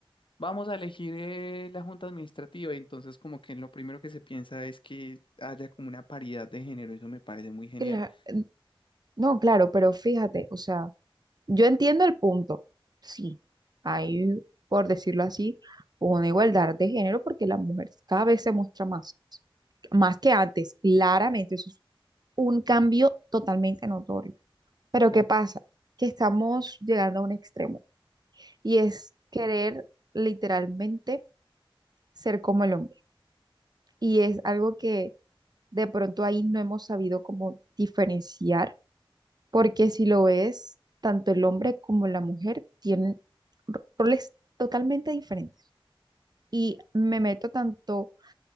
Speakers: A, on the left; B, on the right.
A: vamos a elegir eh, la junta administrativa. Y entonces como que lo primero que se piensa es que haya como una paridad de género. Eso me parece muy genial.
B: Cla- No, claro, pero fíjate, o sea. Yo entiendo el punto. Sí, hay, por decirlo así, una igualdad de género porque la mujer cada vez se muestra más, más que antes, claramente. Eso es un cambio totalmente notorio. Pero
A: Total.
B: ¿qué pasa? Que estamos llegando a un extremo y es querer literalmente ser como el hombre. Y es algo que de pronto ahí no hemos sabido cómo diferenciar Porque si lo ves, tanto el hombre como la mujer tienen ro- roles totalmente diferentes. Y me meto tanto